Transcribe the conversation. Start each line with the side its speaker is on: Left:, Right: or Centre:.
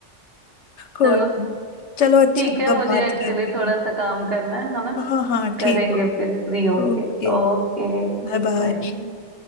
Left: कोई
Right: <laughs> चलो
Left: नहीं चलो अच्छा
Right: ठीक
Left: लगा
Right: है मुझे
Left: बात
Right: एक्चुअली
Left: करके
Right: थोड़ा सा काम करना है है ना
Left: हाँ हाँ
Right: करेंगे
Left: ठीक हो
Right: फिर फ्री होके
Left: ओके
Right: ओके
Left: Bye bye
Right: बाय